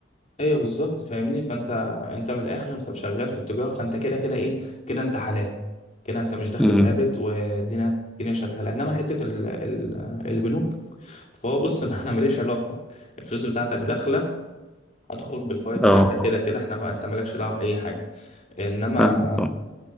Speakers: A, on the left; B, in the centre.
A: ايوه بالظبط فاهمني فانت انت من الاخر انت شغال في التجاره فانت كده كده ايه كده انت حلال كده انت مش دخل
B: مم.
A: ثابت والدنيا الدنيا شغاله انما حته ال... ال... البنوك فهو بص <laughs> انا ماليش علاقه الفلوس بتاعتك داخله هتخرج بالفوائد
B: اه
A: بتاعتك كده كده احنا ما انت مالكش دعوه باي حاجه انما
B: فاهم اه